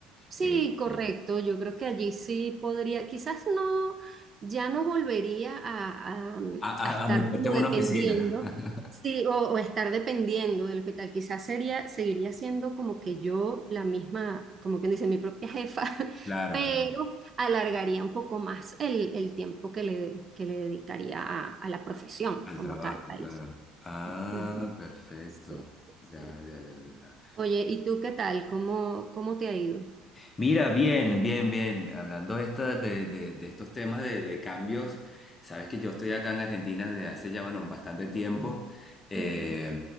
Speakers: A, on the right; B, on the left.
A: Sí,
B: eh,
A: correcto.
B: eh,
A: Yo creo que allí sí podría, quizás no, ya no volvería a, a- mm,
B: a, a-
A: a estar
B: a meterte
A: como
B: en
A: dependiendo,
B: una oficina. <laughs>
A: sí, o, o estar dependiendo del hospital. Quizás sería, seguiría siendo como que yo la misma, como quien dice, mi propia jefa, <laughs>
B: Claro,
A: pero
B: claro,
A: alargaría un poco más el, el tiempo que le, que le dedicaría a, a la profesión
B: al
A: como
B: trabajo,
A: tal. Ahí
B: claro.
A: sí.
B: Ah,
A: Ujú.
B: perfecto.
A: Sí, sí,
B: Ya,
A: sí.
B: ya, ya, ya. ya.
A: Oye, ¿y tú qué tal? ¿Cómo, cómo te ha ido?
B: Mira, bien, bien, bien. Hablando esta de, de- de estos temas de, de cambios, sabes que yo estoy acá en Argentina desde hace ya, bueno, bastante tiempo. eh,
A: Ujú.